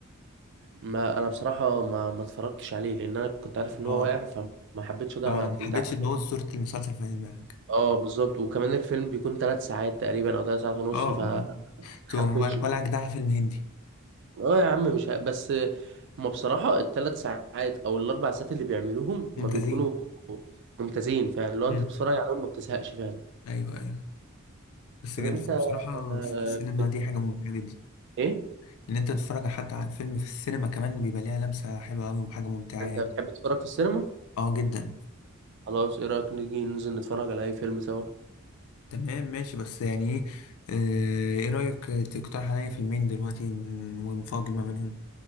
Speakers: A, on the right; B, on the left.
A: ما انا بصراحه ما ما اتفرجتش عليه لان انا كنت عارف ان
B: اه
A: هو واقع فما حبيتش اضيع
B: فما
A: وقت
B: حبيتش
A: انت عارف
B: تبوظ صورة المسلسل في دماغك
A: اه بالظبط وكمان الفيلم بيكون ثلاث ساعات تقريبا او ثلاث ساعات ونص
B: اه اه
A: فحبيتش
B: تو- ولا جدعها فيلم هندي
A: اه يا عم مش ه... بس هما بصراحه الثلاث ساعات او الاربع ساعات اللي بيعملوهم
B: ممتازين
A: هما بيكونوا ممتازين فعلا لو
B: مم.
A: انت بتتفرج عليهم ما بتزهقش فعلا
B: ايوه ايوه بس
A: طب
B: جا-
A: انت
B: بس بصراحة
A: آه،
B: في السينما
A: بت...
B: دي حاجة ممتعة جدا
A: ايه
B: ان انت تتفرج حتى على الفيلم في السينما كمان بيبقى ليها لمسة حلوة قوي وحاجة ممتعة
A: انت
B: يعني
A: بتحب تتفرج في السينما
B: اه جدا
A: خلاص ايه رايك نيجي ننزل نتفرج على اي فيلم سوا
B: تمام ماشي بس يعني ايه آه، ايه رأيك تقترح عليا فيلمين دلوقتي ن- ونفاضل ما بينهم